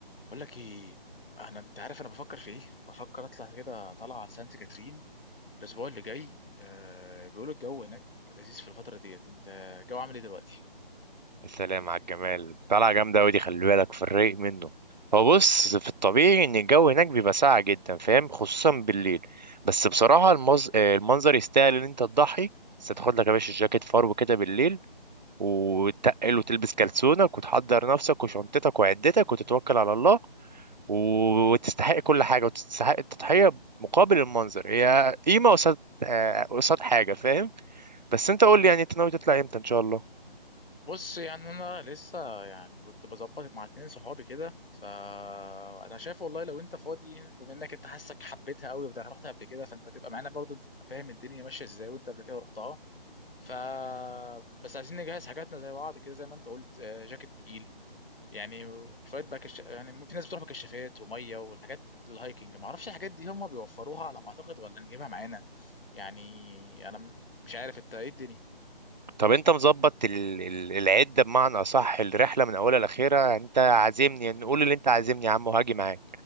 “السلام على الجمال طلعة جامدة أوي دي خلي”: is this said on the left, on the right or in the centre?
Right